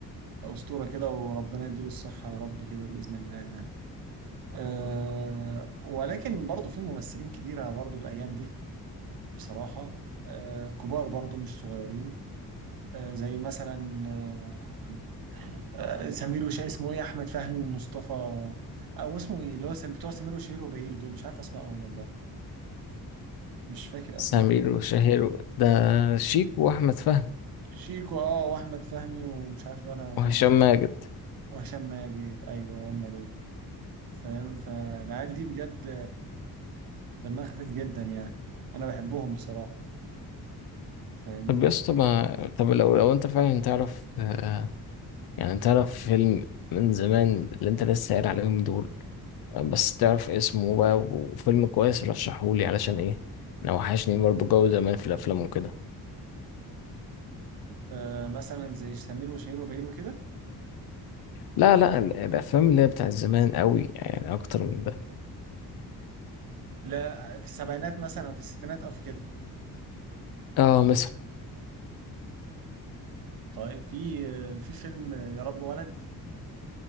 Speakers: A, on the right; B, on the left.
A: أسطورة كده وربنا يديله الصحة يا رب كده بإذن الله يعني أه ولكن برضه في ممثلين كتيرة برضه الأيام دي بصراحة أه كبار برضه مش صغيرين أه زي مثلا أه آه، سمير وشهير اسمه إيه أحمد فهمي ومصطفى أو اسمه إيه اللي هو سم- بتوع سمير وشهير وبهير دول مش عارف أسمائهم والله مش فاكر
B: سمير
A: أسماء
B: وشهير ده شيك وأحمد فهمي
A: شيكو أه وأحمد فهمي ومش عارف بقى أنا-
B: وهشام ماجد
A: وهشام ماجد أيوه هم دول فاهم فالعيال دي بجد دمها خفيف جدا يعني انا بحبهم بصراحه فاهمني
B: طب يا اسطى ما طب لو لو أنت فعلا تعرف آه يعني تعرف فيلم من زمان اللي أنت لسه قايل عليهم دول بس تعرف اسمه بقى وفيلم كويس رشحهولي علشان ايه انا وحشني برضه جو زمان في الافلام وكده
A: آه مثلا زي سمير وشهير وبهير وكده
B: لا لا ال- الافلام اللي هي بتاع زمان قوي يعني اكتر من ده
A: لا في السبعينات مثلا أو في الستينات او في كده
B: اه مثلا
A: طيب في آه، في فيلم آه، يا رب ولد